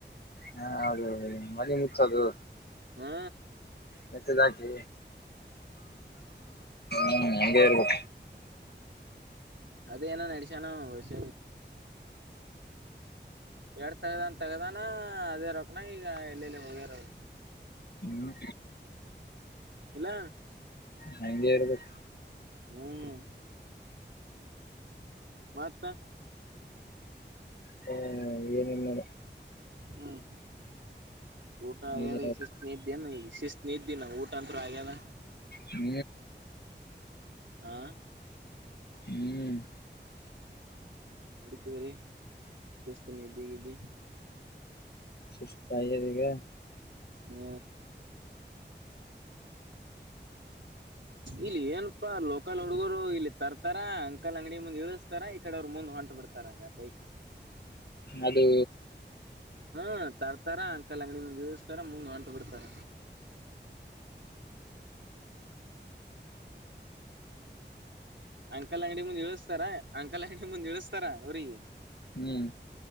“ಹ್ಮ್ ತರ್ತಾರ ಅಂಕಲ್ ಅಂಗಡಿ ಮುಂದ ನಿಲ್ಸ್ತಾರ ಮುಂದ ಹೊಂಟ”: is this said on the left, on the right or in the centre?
Right